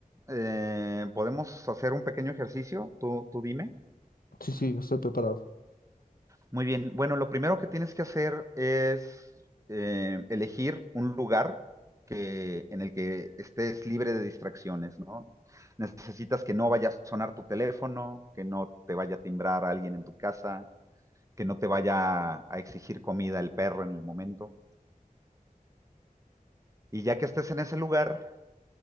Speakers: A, on the right; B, on the left.
A: eh, podemos hacer un pequeño ejercicio. Tú, tú dime.
B: Sí, sí, estoy preparado.
A: Muy bien. Bueno, lo primero que tienes que hacer es eh, elegir un lugar que, en el que estés libre de distracciones, ¿no? Necesitas que no vaya a sonar tu teléfono, que no te vaya a timbrar alguien en tu casa, que no te vaya a exigir comida el perro en el momento. Y ya que estés en ese lugar,